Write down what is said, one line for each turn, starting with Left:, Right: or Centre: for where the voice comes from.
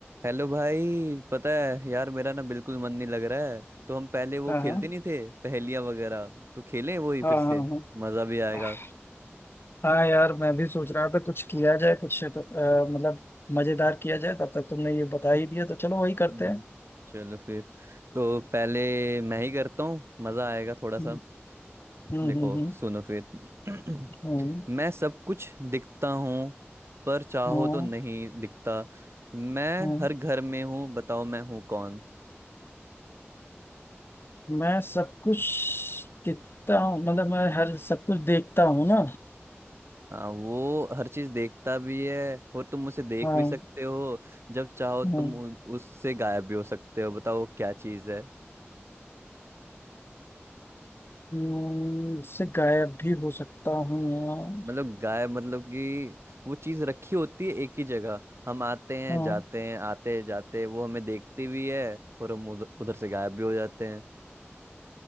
Right: हेलो भाई पता है यार मेरा ना बिल्कुल मन नहीं लग रहा है तो हम पहले वो
Left: हाँ
Right: खेलते
Left: हाँ
Right: नहीं थे पहेलियां वगैरह तो खेलें वो ही
Left: हाँ
Right: फिर से
Left: हाँ
Right: मज़ा भी आएगा
Left: हाँ हाँ यार मैं भी सोच रहा था कुछ किया जाए कुछ तो, अ, मतलब मजेदार किया जाए तब तक तुमने ये बता ही दिया तो चलो वही करते
Right: हम्म,
Left: हैं
Right: चलो फिर तो पहले मैं ही करता हूँ मज़ा आएगा थोड़ा सा
Left: हम्म हम्म
Right: देखो
Left: हम्म
Right: सुनो फिर <clears throat>
Left: हम्म
Right: मैं सब कुछ दिखता हूँ पर चाहो
Left: हम्म, हम्म।
Right: तो नहीं
Left: हम्म,
Right: दिखता मैं
Left: हम्म।
Right: हर घर में हूँ बताओ मैं हूँ कौन
Left: मैं सब कुछ देखता हूँ मतलब मैं हर सब कुछ देखता हूँ ना
Right: हाँ वो हर चीज देखता भी है और तुम उसे देख
Left: हाँ
Right: भी सकते हो जब चाहो तुम
Left: हम्म
Right: उ- उससे गायब भी हो सकते हो बताओ वो क्या चीज है
Left: हम्म, उससे गायब भी हो सकता हूँ यार।
Right: मतलब गायब मतलब कि वो चीज रखी होती है एक ही जगह हम आते हैं
Left: हाँ
Right: जाते हैं आते हैं जाते हैं वो हमें देखती भी है और हम उधर, उधर से गायब भी हो जाते हैं